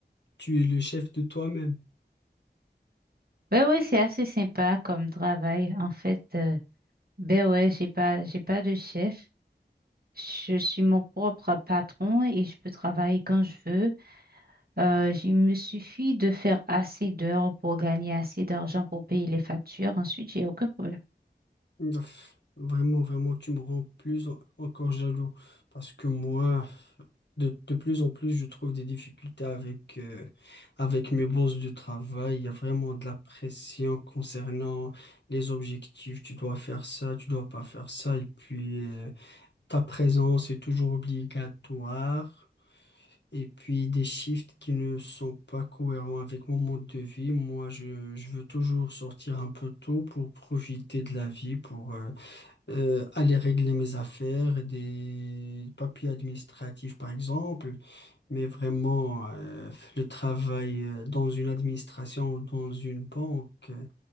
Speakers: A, on the left; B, on the right.
A: Tu es le chef de toi-même.
B: Ben ouais, c'est assez sympa comme travail. En fait, euh, ben ouais, j'ai pas, j'ai pas de chef. Je suis mon propre patron et je peux travailler quand je veux. Euh, j- il me suffit de faire assez d'heures pour gagner assez d'argent pour payer les factures. Ensuite, j'ai aucun problème.
A: Bah, f- vraiment, vraiment, tu me rends plus en- encore jaloux parce que moi, de, de plus en plus, je trouve des difficultés avec, euh, avec mes bosses de travail. Il y a vraiment de la pression concernant les objectifs. Tu dois faire ça, tu dois pas faire ça. Et puis, euh, Ta présence est toujours obligatoire. Et puis des shifts qui ne sont pas cohérents avec mon mode de vie. Moi, je, je veux toujours sortir un peu tôt pour profiter de la vie, pour euh, euh, aller régler mes affaires, des papiers administratifs par exemple. Mais vraiment, euh, le travail euh, dans une administration ou dans une banque, euh,